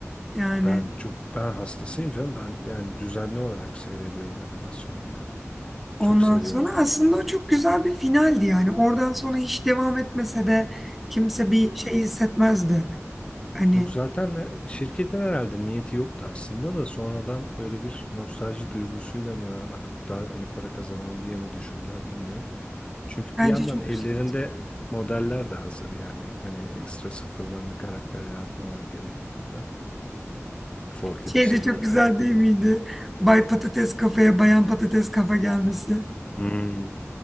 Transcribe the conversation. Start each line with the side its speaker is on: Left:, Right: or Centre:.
Centre: yani.
Left: Ben çok ben hastasıyım canım. Ben yani düzenli olarak seyrediyorum animasyon yani.
Centre: Ondan
Left: Çok seviyorum.
Centre: sonra aslında o çok güzel bir finaldi yani. Oradan sonra hiç devam etmese de kimse bir şey hissetmezdi. Hani
Left: Yok zaten de şirketin herhalde niyeti yoktu aslında da sonradan böyle bir nostalji duygusuyla mı artık daha hani para kazanalım diye mi düşündüler bilmiyorum. Çünkü
Centre: bence
Left: bir yandan
Centre: çok
Left: ellerinde
Centre: güzel.
Left: modeller de hazır yani hani ekstra sıfırdan bir karakter yaratmaları gerekmiyor falan. Forky
Centre: Şey
Left: dışında.
Centre: de çok güzel
Left: <laughs>
Centre: değil miydi? Bay Patates kafaya Bayan Patates kafa gelmesi.
Left: Hmm.